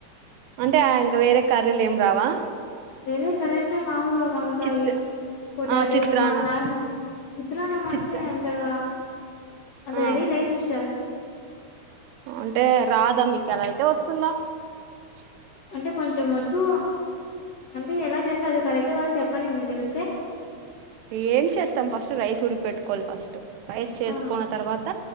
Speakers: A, on the right; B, on the left.
A: అంటే ఆ ఇంకా వేరే కర్రీలు ఏం రావా
B: వేరే కరెంటే మాములుగా వంకాయి
A: చిత్
B: పొటాటో
A: ఆ చిత్రాన్నం
B: ఇ మా నార్మల్ చిత్రన్నం
A: చిత్ర
B: అంటే అంతగా అంత
A: ఆ
B: రెడి లేదు సిస్టర్
A: అంటే రాదా మీకు ఎలా అయితే <inaudible>
B: అంటే కొంచెం వచ్చు అంటే ఎలా చేస్తే అది కరెక్ట్ కాదు చెప్పండి మీకు తెలిస్తే
A: ఏం చేస్తాం ఫస్ట్ రైస్ ఉడికి పెట్టుకోవాలి ఫస్ట్ రైస్ చేసుకున్న
B: ఆ
A: తర్వాత